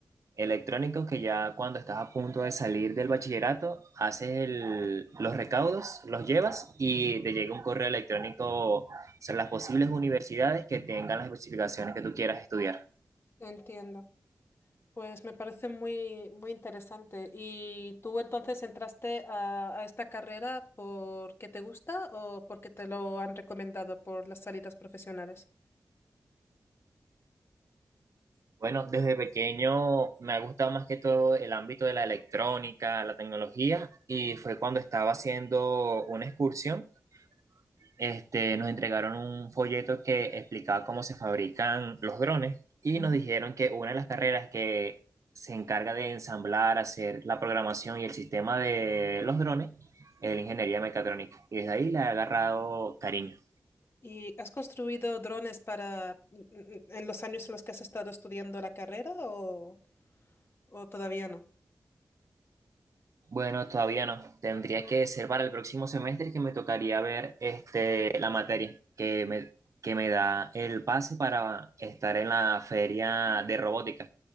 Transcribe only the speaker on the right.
electrónico que ya cuando estás a punto de salir del bachillerato, haces el- los recaudos, los llevas y te llega un correo electrónico sobre las posibles universidades que tengan las especificaciones que tú quieras estudiar.
Bueno, desde pequeño me ha gustado más que todo el ámbito de la electrónica, la tecnología, y fue cuando estaba haciendo una excursión Este, nos entregaron un folleto que explicaba cómo se fabrican los drones y
nos dijeron que una de las carreras que se encarga de ensamblar, hacer la programación y el sistema de los drones es la ingeniería mecatrónica. Y desde ahí le he agarrado cariño.
Bueno, todavía no. Tendría que ser para el próximo semestre que me tocaría ver este, la materia que me, que me da el pase para estar en la feria de robótica.